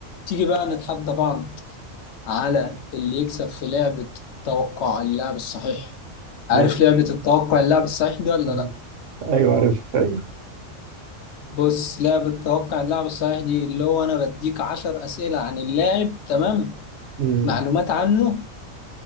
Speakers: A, on the left; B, on the right.
A: تيجي بقى نتحدى بعض على اللي يكسب في لعبة توقع اللاعب الصحيح
B: ماشي
A: عارف لعبة التوقع اللاعب الصحيح دي ولا
B: مم.
A: لا؟
B: ايوه عارف ايوه
A: بص لعبة توقع اللاعب الصحيح دي اللي هو أنا بديك عشر أسئلة عن اللاعب تمام
B: مم.
A: معلومات عنه